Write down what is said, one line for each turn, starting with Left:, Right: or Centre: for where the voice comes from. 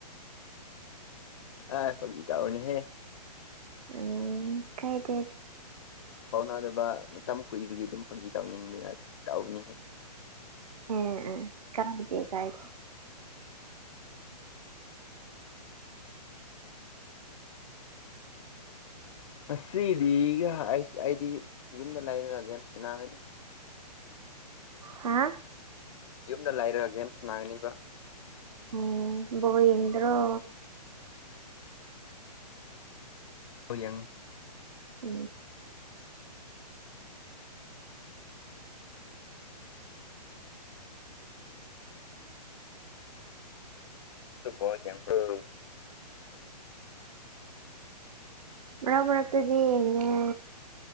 Left: ꯑ ꯍꯣꯏꯗ ꯑꯣꯅꯤꯍꯦ
Right: ꯎꯝ ꯀꯥꯏꯗꯦꯗ꯫
Left: ꯄꯥꯎꯅꯗꯕ ꯃꯇꯝ ꯀꯨꯏꯕꯒꯤ ꯑꯗꯨꯝ ꯐꯧꯖꯤ ꯇꯧꯅꯤꯡꯗꯅ ꯇꯧꯕꯅꯤ
Right: ꯑ ꯑ ꯀꯝꯗꯦ ꯀꯥꯏꯗꯣ
Left: ꯉꯗꯤꯒ ꯑꯩꯗꯤ ꯌꯨꯝꯗ ꯂꯩꯔꯒꯒ ꯌꯥꯝ ꯁꯅꯒꯅꯤ
Right: ꯍꯥ꯫
Left: ꯌꯨꯝꯗ ꯂꯩꯥꯏꯔꯑꯒꯦꯦꯝ ꯁꯅꯥꯥꯡꯅꯤꯕ
Right: ꯎꯝ ꯕꯣꯜ ꯌꯦꯡꯗꯔꯣ
Left: ꯕꯥꯜꯂ ꯌꯦꯡ ꯉꯦ꯫
Right: ꯀ
Left: ꯕꯥꯜ ꯌꯦꯡꯕꯔꯣ
Right: ꯃꯔꯛ ꯃꯔꯛꯇꯗꯤ ꯌꯦꯡꯉꯦ꯫